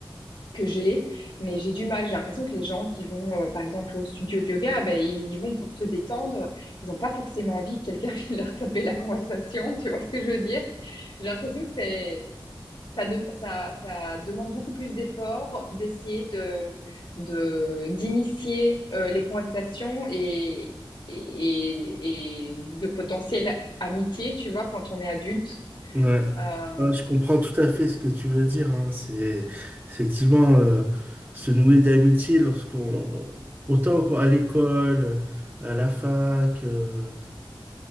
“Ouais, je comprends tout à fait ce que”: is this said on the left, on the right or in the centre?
Right